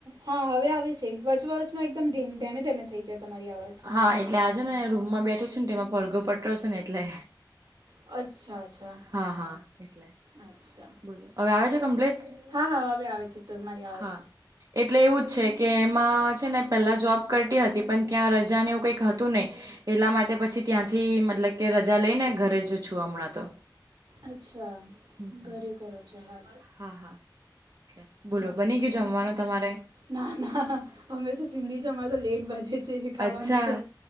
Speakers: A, on the right (about 70°); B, on the right (about 50°).
A: હા હવે આવે છે વચોવચમાં એકદમ ધેમે ધેમે થઈ જાય તમારી આવાજ.
B: હા એટલે આજો ને રૂમમાં બેઠો છું ને તેમાં પડઘો પટડ છે ને એટલે.
A: અચ્છા અચ્છા
B: હા હા એટલે.
A: અચ્છા.
B: બોલો હવે આવે છે કમ્પ્લેટ
A: હા હા હવે આવે છે તમારી અવાજ
B: હા. એટલે એવું જ છે કે એમાં. ને પેલા જોબ કરતી હતી પણ ત્યાં રજા નેવું કઈક હતું નહીિ એટલા માટે પછી. ત્યાંથી મતલબ કે રજા લઈ ને ઘરે જ છું હમણાં તો.
A: અચ્છા.
B: હમમ
A: ઘરે કરો છો હાલ
B: હા હા બોલો
A: અચ્છા
B: બની ગયો જમવાનું તમારે.
A: ના ના અમે તો સિંધી જ અમારે તો લેટ બને છે એ ખાવાનું
B: અચ્છા.
A: તો.